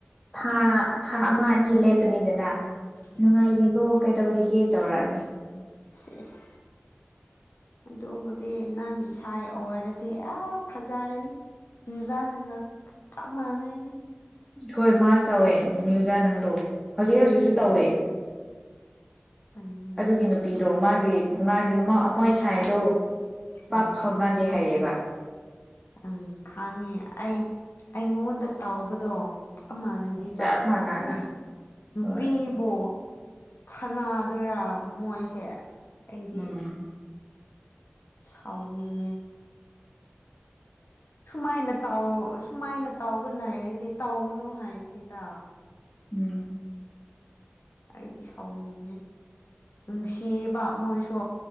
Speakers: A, in the centre; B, on the left (about 70°).
A: ꯊꯥ ꯊꯥ ꯑꯃ ꯑꯅꯤ ꯂꯦꯞꯄꯅꯤꯗꯅ
B: ꯎꯝ
A: ꯅꯨꯡꯉꯥꯏꯔꯤꯕꯣ꯫ ꯀꯩꯗꯧꯔꯤꯒꯦ ꯇꯧꯔꯛꯑꯅꯤ꯫
B: <unintelligible> ꯑꯗꯨꯕꯨꯗꯤ ꯅꯪꯒꯤ ꯁꯥꯏ ꯑꯣꯏꯔꯗꯤ ꯑꯥ ꯐꯖꯔꯅꯤ꯫ ꯅꯨꯖꯥꯟ ꯅꯉꯥꯛ ꯆꯞ ꯃꯥꯟꯅꯩꯅꯦ꯫
A: ꯍꯣꯏ ꯃꯥꯁꯨ ꯇꯧꯋꯦ ꯃ꯭ꯌꯨꯖꯥ ꯅꯪꯗꯣ ꯍꯧꯖꯤꯛ ꯍꯧꯖꯤꯛꯁꯨ
B: ꯎꯝ
A: ꯇꯧꯋꯦ꯫
B: ꯎꯝ
A: ꯑꯗꯨꯒꯤ ꯅꯨꯄꯤꯗꯣ ꯃꯥꯒꯤ ꯃꯥꯒꯤ ꯃꯣꯏ ꯁꯥꯏꯗꯣ꯫ ꯄꯥꯛ
B: ꯎꯝ
A: ꯐꯥꯎꯅꯗꯦ ꯍꯥꯏꯌꯦꯕ꯫
B: ꯎꯝ ꯈꯪꯉꯦ ꯑꯩ ꯑꯩꯉꯣꯟꯗ ꯇꯥꯎꯕꯗꯣ꯫ ꯆꯞ ꯃꯥꯟꯅꯩꯅꯦꯕ
A: ꯆꯞ ꯃꯥꯟꯅꯅ
B: ꯈꯪꯉꯦ ꯅꯨꯄꯤꯕꯨ꯫
A: ꯍꯣꯏ
B: ꯁꯥꯟꯅꯗꯣꯏꯔꯥ ꯃꯣꯏꯁꯦ꯫ ꯑꯩꯗꯤ
A: ꯎꯝ꯫
B: ꯁꯥꯎꯅꯤꯡꯉꯦ꯫ ꯁꯨꯃꯥꯏꯅ ꯇꯧ ꯁꯨꯃꯥꯏꯅ ꯇꯧꯕ ꯂꯩꯔꯗꯤ ꯇꯧꯒꯅꯨ ꯍꯥꯏꯕꯅꯤꯗ꯫
A: ꯎꯝ꯫
B: ꯑꯩꯗꯤ ꯁꯥꯎꯅꯤꯡꯉꯦ ꯅꯨꯡꯁꯤꯕ ꯃꯣꯏꯁꯨ꯫